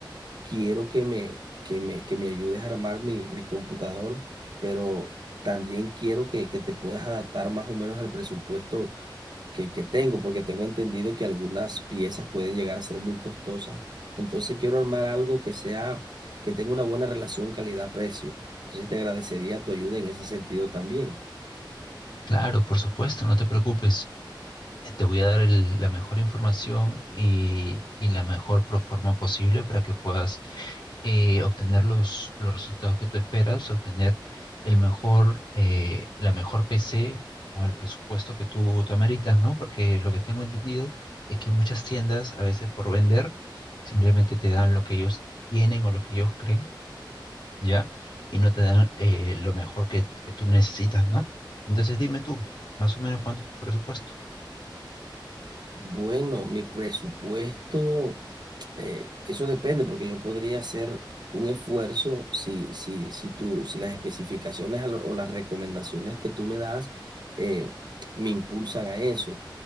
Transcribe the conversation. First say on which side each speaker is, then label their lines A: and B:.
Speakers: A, on the right; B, on the left.
A: quiero que me, que me, que me ayudes a armar mi, mi computador, pero también quiero que, que te puedas adaptar más o menos al presupuesto que, que tengo, porque tengo entendido que algunas piezas pueden llegar a ser muy costosas. Entonces, quiero armar algo que sea, que tenga una buena relación calidad-precio. Entonces, te agradecería tu ayuda en ese sentido también.
B: Claro, por supuesto, no te preocupes. Eh, Te voy a dar el- la mejor información y, y la mejor pro- forma posible para que puedas eh, obtener los, los resultados que tú esperas, obtener el mejor, eh, la mejor PC con el presupuesto que tú, tú ameritas, ¿no? Porque lo que tengo entendido es que muchas tiendas, a veces por vender, simplemente te dan lo que ellos tienen o lo que ellos creen, ¿ya? Y no te dan eh, lo mejor que, que tú necesitas, ¿no? Entonces dime tú, más o menos cuánto es tu presupuesto.
A: Bueno, mi presupuesto, eh, eso depende, porque yo podría hacer un esfuerzo si, si, si tú, si las especificaciones a lo- o las recomendaciones que tú me das eh, me impulsan a eso.